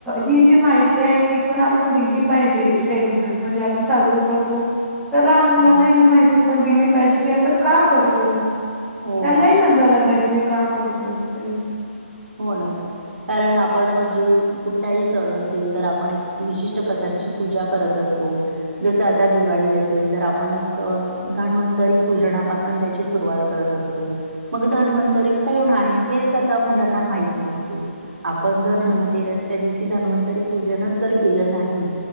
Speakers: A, in the centre; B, on the right (about 60°).
A: ही जी माहिती आहे ती पण आपण दिली पाहिजे. सेलिब्रेट म्हणजे आपण साजर करतो तर लहान
B: हो
A: मुलांनाही माहिती दिली पाहिजे की आपण का करतो त्यांना
B: हो
A: समजायला पाहिजे का करतो ते
B: हो ना कारण आपण म्हणजे कुठलाही सण असेल तर आपण एक विशिष्ट प्रकारची पूजा करत असतो. जस आता दिवाळी असेल तर आपण धन्वंतरी पूजनापासून त्याची सुरुवात करत असतो मग धनवंतरी कोण आहे हेच आता मुलांना माहित नसते आपण जर
A: हम्म
B: धनतेरस च्या दिवशी धन्वंतरी पूजनच जर केलं नाही.